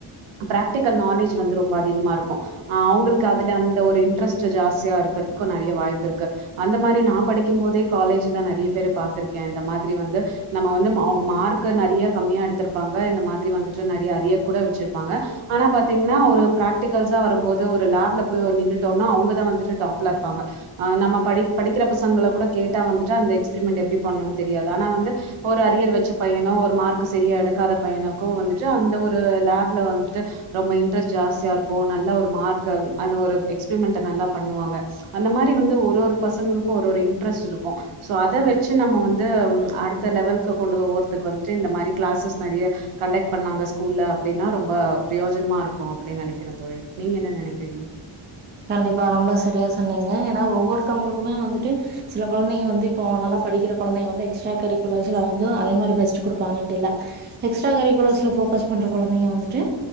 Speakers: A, on the right; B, on the right.
A: பிராக்டிக்கல் நாலேட்ஜ் வந்து ரோம்ப அதிகமா இருக்கு அ அவங்களுக்கு அதுல அந்த ஒரு இன்ட்ரெஸ்ட் ஜாஸ்தியா இருக்கிறதுக்கு நறைய வாய்ப்பு இருக்கு அந்த மாத்ரி நா படிக்கும்போதே காலேஜ்ல நறிய பேரு பாத்ருக்கே இந்த மாத்ரி வந்து நம்ம வந்து அவ்ங்க மார்க்கு நறிய கம்மியா எடுத்திருப்பாங்க இந்த மாதிரி வந்துட்டு நறிய அரியர் கூட வச்சிருப்பாங்க ஆனா பாத்தீங்கன்னா ஒரு பிராக்டிகல்ஸு வரும்போது ஒரு லேப்ல போய் நின்னுட்டம்னா அவங்கதா வந்துட்டு டாப்ல இருப்பாங்க நம்ம படி படிக்கிற பசங்கள கூட கேட்டா வந்துட்டு அந்த எக்ஸ்பெரிமெண்ட் எப்டி பண்ணுன் தெரியாது ஆனா வந்து ஒர் அரியர் வச்ச பையனோ ஒரு மார்க் சரியா எடுக்காத பையனோ கோ வந்துட்டு அந்த ஒரு லேப்ல வந்துட்டு ரொம்ப இன்ட்ரெஸ்ட் ஜாஸ்தி யா இருக்கு நல்ல ஒரு மார்க் அந்த ஒரு எக்ஸ்பெரிமென்ட்ட நல்லா பண்ணுவாங்க அந்த மாரி வந்து ஒரு ஒரு பசங்ளுக்கு ஒரு ஒரு இன்ட்ரெஸ்ட் இருக்கு அத வெச்சு நம்ம வந்து அடுத் த லெவல்கு கொண்டு ஒ ஓற்துக்கு வந்துட்டு இந்த மாரி க்ளாசஸ் நறைய கண்டக்ட் பண்ணாங்க ஸ்கூல்ல அப்படின்னா ரொம்ப பிரயோஜனமா இருக்கு அப்டின் நெனைக்கிற தோழி நீங்க என்ன நெனக்கிறீங்க
B: கண்டிப்பா ரொம்ப சரியா சொன்னீங்க ஏனா ஒவ்வொருத்தவங்களுக்குமே வந்துட்டு சில கொழந்தைங்க வந்து இப்போ நல்லா படிக்கிற கொழந்தைங்க வந்து எக்ஸ்ட்ரா கரிக்குலர்ஸ்ல வந்து அதே மாதிரி பெஸ்ட் குடுப்பாங்கட்டு இல்ல எக்ஸ்ட்ரா கரிக்குலர்ஸ்ல ஃபோக்கஸ் பண்ற குழந்தைங்க வந்துட்டு